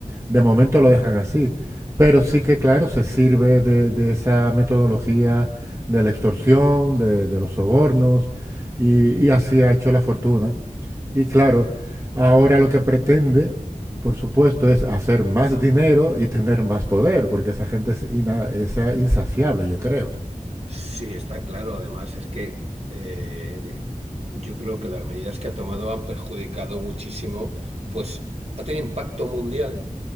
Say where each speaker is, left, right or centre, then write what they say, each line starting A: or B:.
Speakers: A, on the right; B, on the right.
A: de momento lo dejan así, pero sí que, claro, se sirve de, de esa metodología de la extorsión, de, de los sobornos, y, y así ha hecho la fortuna. Y claro, ahora lo que pretende, por supuesto, es hacer más dinero y tener más poder, porque esa gente es, ina- es, eh, insaciable, yo creo.
B: sí, está claro. Además, es que eh, yo creo que las medidas que ha tomado han perjudicado muchísimo, pues ha tenido impacto mundial